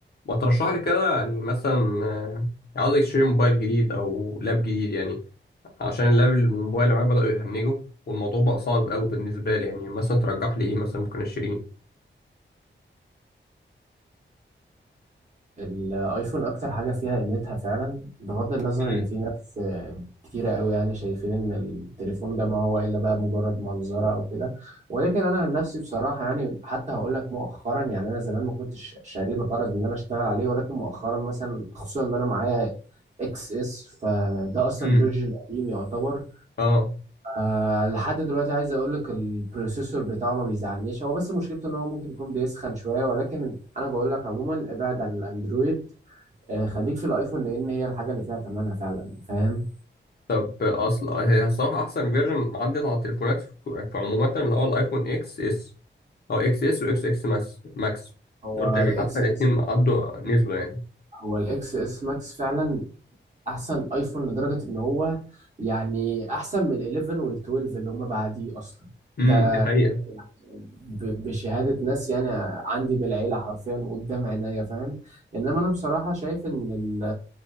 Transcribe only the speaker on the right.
الايفون اكتر حاجه فيها قيمتها فعلا بغض النظر
ان في ناس آه، كتيره قوي يعني شايفين ان التليفون ده ما هو الا بقى مجرد منظره او كده ولكن انا عن نفسي بصراحه يعني حتى هقول لك مؤخرا يعني انا زمان ما كنتش شاريه الغرض ان انا اشتغل عليه ولكن مؤخرا مثلا خصوصا ان انا معايا اكس اس فده اصلا
فيرجن قديم يعتبر
آه لحد دلوقتي عايز اقول لك البروسيسور بتاعه ما بيزعلنيش هو بس مشكلته ان هو ممكن يكون بيسخن شويه ولكن انا بقول لك عموما ابعد عن الاندرويد آه، خليك في الايفون لان هي الحاجه اللي فيها تمنها فعلا فاهم
هو
الاكس
اس
هو الاكس اس ماكس فعلا احسن ايفون لدرجة ان هو يعني احسن من ال 11 وال 12 اللي هما بعديه اصلا ده
ب- بشهادة ناس يعني عندي من العيلة حرفيا قدام عينيا فاهم انما انا بصراحة شايف ان ال